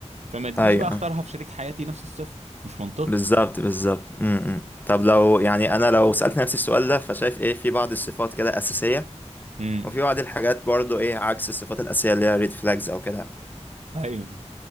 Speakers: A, on the right (about 70°); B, on the left (about 15°).
A: فما تجيش
B: ايوه
A: بقى اختارها
B: أيوة.
A: في شريك حياتي نفس الصفة مش منطقي
B: بالظبط بالظبط امم إمم. طب لو يعني انا لو سألت نفسي السؤال ده فشايف ايه في بعض الصفات كده أساسية
A: امم
B: وفي بعض الحاجات برضو ايه عكس الصفات الأساسية اللي هي ريد فلاجز او كده
A: ايوه